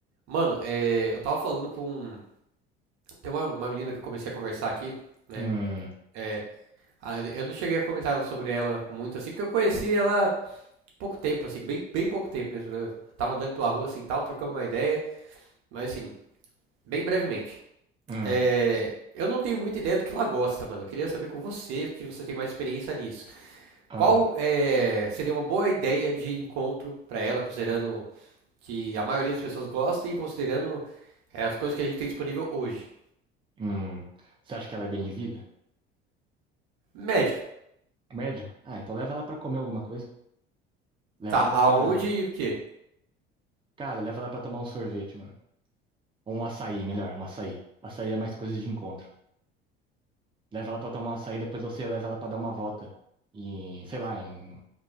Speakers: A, on the right (about 60°); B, on the right (about 15°).
A: Mano, é, eu tava falando com. Tem uma, uma menina que eu comecei a conversar aqui, né?
B: Hum,
A: É, a- eu não cheguei a comentar sobre ela muito assim, porque eu conheci ela pouco tempo, assim, bem, bem pouco tempo mesmo. né, Eu tava andando pela rua assim e tal, trocando uma ideia, mas assim, bem brevemente.
B: hum,
A: É, eu não tenho muita ideia do que ela gosta, mano. Eu queria saber com você, que você tem mais experiência nisso.
B: ah,
A: Qual é, seria uma boa ideia de encontro pra ela, considerando que a maioria das pessoas gosta e considerando é, as coisas que a gente tem disponível hoje?
B: hum. Você acha que ela é bem de vida?
A: Médio.
B: Médio? Ah, então leva ela pra comer alguma coisa. Leva
A: Tá,
B: ela
A: aonde
B: pra.
A: e o quê?
B: Cara, leva ela pra tomar um sorvete, mano. Ou um açaí, melhor, um açaí. Açaí é mais coisa de encontro. Leva ela pra tomar um açaí, depois você leva ela pra dar uma volta. em sei lá, em.